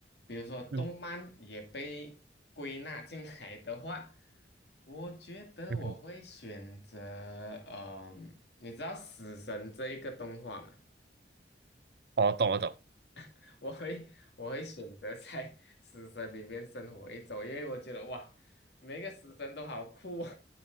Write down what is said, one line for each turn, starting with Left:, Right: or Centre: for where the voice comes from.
Left: 比如说动漫也被归纳进来的话，
Right: 嗯哼，
Left: <laughs> 我觉得我会选择，
Right: 嗯哼，
Left: 嗯、你知道《死神》这一个动画吗？
Right: 我懂，我懂，
Left: <laughs> 我会我会选择在 <laughs> 死神里面生活一周，因为我觉得哇，每个死神都好酷哦，